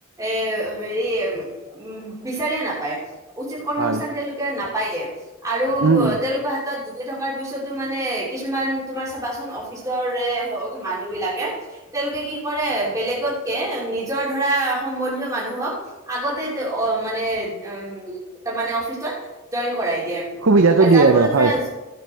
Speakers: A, on the right; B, on the right.
A: এ হেৰি উ বিচাৰিয়ে নাপায়। উচিত কৰ্ম
B: হয়
A: সংস্থান তেওঁলোকে নাপায়ে আৰু
B: উম, উম।
A: তেওঁলোকৰ হাতত ডুবি থকা থকাৰ পিছতো মানে কিছুমান তোমাৰ চাবাচোন অফিচৰে হওক মানুহ বিলাকে তেওঁলোকে কি কৰে, বেলেগতকে নিজৰ ধৰা সম্বন্ধীয় মানুহক আগতে তেওঁ অ' মানে উম' তাৰ মানে অফিচত জইন কৰাই দিয়ে।
B: সুবিধাটো দিয়ে
A: যাৰ ফলত
B: আৰু
A: ধৰা
B: হয়